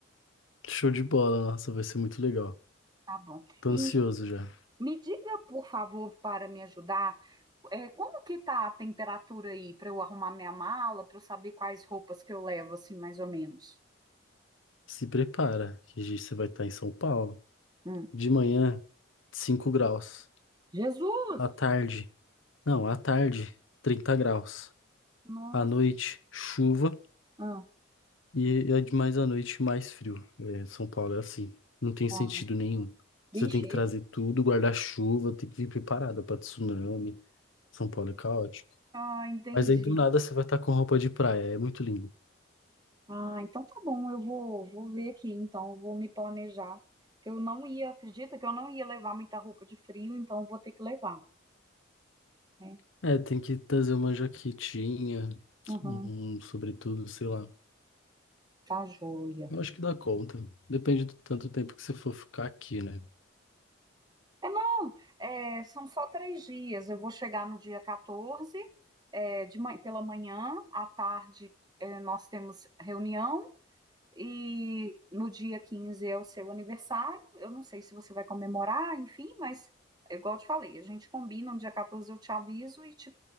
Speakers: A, on the left (about 70°); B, on the right (about 20°).
A: Show de bola, nossa, vai ser muito legal.
B: Tá bom.
A: Tô
B: E
A: ansioso já.
B: Me diga, por favor, para me ajudar, é, como que tá a temperatura aí para eu arrumar minha mala, para eu saber quais roupas que eu levo, assim, mais ou menos?
A: Se prepara, que a gente- você vai estar em São Paulo.
B: Hum.
A: De manhã, 5 graus.
B: Jesus!
A: À tarde, não, à tarde, 30 graus.
B: Nossa,
A: À noite, chuva.
B: ah,
A: E é de mais à noite, mais frio. É, São Paulo é assim. Não tem
B: tá.
A: sentido nenhum.
B: Vixe,
A: Você tem que trazer tudo, guarda-chuva, tem que vir preparada para tsunami. São Paulo é caótico.
B: ah, entendi.
A: Mas aí do nada você vai estar com roupa de praia. É muito lindo.
B: Ah, então tá bom, eu vou, vou ver aqui, então, eu vou me planejar. Que eu não ia, acredita que eu não ia levar muita roupa de frio, então eu vou ter que levar, né?
A: É, tem que trazer uma jaquetinha,
B: Uhum,
A: um sobretudo, sei lá.
B: tá joia.
A: Eu acho que dá conta. Depende do tanto tempo que você for ficar aqui, né?
B: É, não, é, são só três dias. Eu vou chegar no dia 14, é, de man- pela manhã, à tarde, é, nós temos reunião, e no dia 15 é o seu aniversário. Eu não sei se você vai comemorar, enfim, mas igual eu te falei, a gente combina, no dia 14 eu te aviso e, te-